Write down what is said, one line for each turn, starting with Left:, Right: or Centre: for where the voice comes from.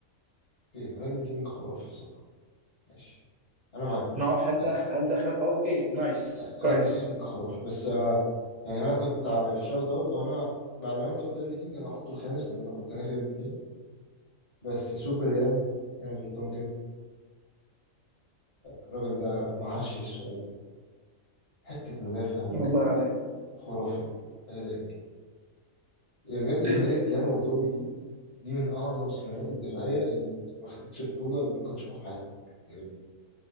Left: اوكي رادلي كينج خرافي الصراحه ماشي انا معاك
Right: ما اعرفش هل
Left: بس
Right: ده هل ده خل... اوكي نايس
Left: ريدلي
Right: كويس
Left: كينج خرافي بس آه، يعني انا كنت ع- في شوت اوت هو انا بعد ما انت قلت ريدلي كينج انا هحطه الخامس لان انا كنت ناسي ريدلي كينج بس سوبر يان يان فيرتونجن الراجل ده معشش في قلبي حته مدافع دود
Right: والله العظيم
Left: خرافي الهي بجد ثنائيه
Right: <laughs>
Left: يان وتوبي دي دي من اعظم الثنائيات الدفاعيه اللي ما خدتش بطوله اللي ممكن تشوفها في حياتك يعني